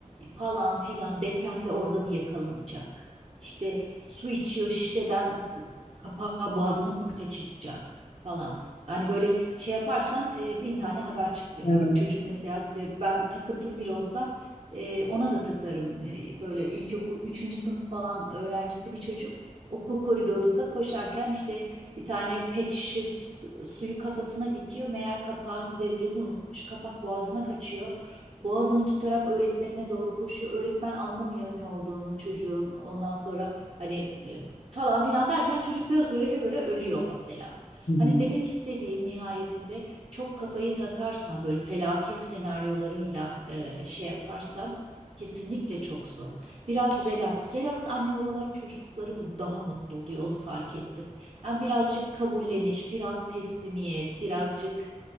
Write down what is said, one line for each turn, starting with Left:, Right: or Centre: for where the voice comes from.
Right: Falan filan depremde orada mı yakalanacak? İşte su içiyor şişeden su- kapağı boğazına mı kaçacak falan. Hani böyle şey yaparsan e, bin tane haber çıkıyor.
Left: Evet.
Right: Yok çocuk mesela de, ben takıntılı biri olsam e, ona da takarım. E, böyle ilkokul üçüncü sınıf falan öğrencisi bir çocuk. Okul koridorunda koşarken işte bir tane pet şişe su- suyu kafasına dikiyor. Meğer kapağın üzerinde unutmuş. Kapak boğazına kaçıyor. Boğazını tutarak öğretmenine doğru koşuyor. Öğretmen anlamıyor ne olduğunu çocuğun. Ondan sonra hani e, falan filan derken çocuk göz göre göre ölüyor mesela.
Left: Hı hı.
Right: Hani demek istediğim nihayetinde çok kafayı takarsan böyle felaket senaryolarıyla e, şey yaparsan kesinlikle çok zor. Biraz relax. Relax anne babaların çocukları da daha mutlu oluyor onu fark ettim. Yani birazcık kabulleniş, biraz teslimiyet, birazcık